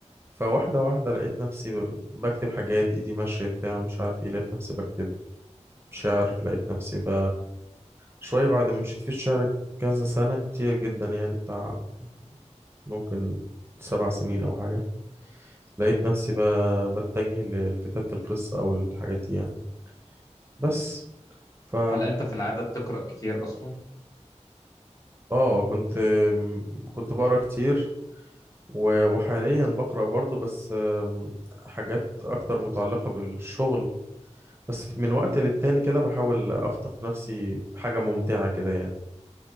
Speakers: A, on the right; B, on the left.
A: فواحدة واحدة لقيت نفسي ب... بكتب حاجات ايدي ماشية بتاع مش عارف ايه لقيت نفسي بكتب شعر لقيت نفسي ب... شوية بعد ما مشيت في الشعر كذا سنة كتير جدا يعني بتاع ممكن سبع سنين أو حاجة لقيت
B: yeah.
A: نفسي ب... بتجه ل- لكتابة القصة أو الحاجات دي يعني بس ف
B: هل أنت في العادة بتقرأ كتير أصلا؟
A: اه كنت كنت بقرا كتير و- وحاليا بقرأ برضه بس آم، حاجات أكتر متعلقة بالشغل بس من وقت للتاني كده بحاول أخطف نفسي حاجة ممتعة كده يعني